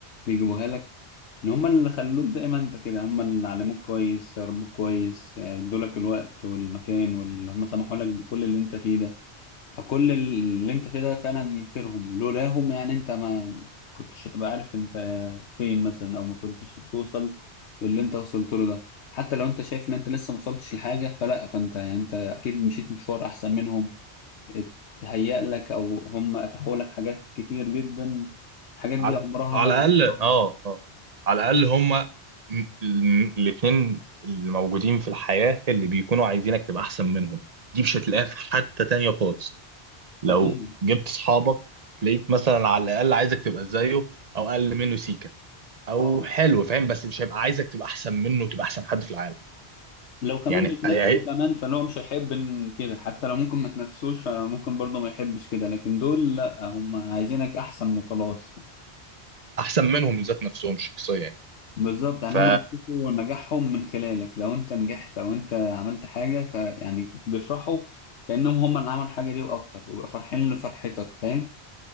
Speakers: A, on the left; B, on the right.
A: بيجيبوها لك ان هم اللي خلوك زي ما انت كده هم اللي علموك كويس ربوك كويس ادولك الوقت والمكان واللي هم سمحوا لك بكل اللي انت فيه ده فكل اللي انت فيه ده فعلا من خيرهم لولاهم يعني انت ما كنتش هتبقى عارف انت فين مثلا او ما كنتش توصل للي انت وصلت له ده حتى لو انت شايف ان انت لسه ما وصلتش لحاجه فلا فانت يعني انت اكيد مشيت مشوار احسن منهم اتهيأ لك او هم اتاحوا لك حاجات كتير جدا الحاجات
B: على
A: دي عمرها
B: على
A: ما هتتعوض
B: الاقل اه اه على الاقل هما م- م- الاتنين الموجودين في الحياه اللي بيكونوا عايزينك تبقى احسن منهم دي مش هتلاقيها في حته تانية خالص لو
A: اكيد
B: جبت صحابك لقيت مثلا على الاقل عايزك تبقى زيه او اقل منه سيكه او
A: اه
B: حلو فاهم بس مش هيبقى عايزك تبقى احسن منه وتبقى احسن حد في العالم
A: لو كمان
B: يعني
A: بيتنافسوا
B: هي-
A: كمان فهو مش هيحب إن كده حتى لو ممكن ما تنافسوش فممكن برضه ما يحبش كده لكن دول لا هم عايزينك احسن وخلاص
B: احسن منهم من ذات نفسهم شخصيا يعني
A: بالظبط يعني
B: ف
A: هم بيشوفوا نجاحهم من خلالك لو انت نجحت او انت عملت حاجة فيعني بيفرحوا كأنهم هم اللي عملوا الحاجة دي واكتر ويبقى فرحين لفرحتك فاهم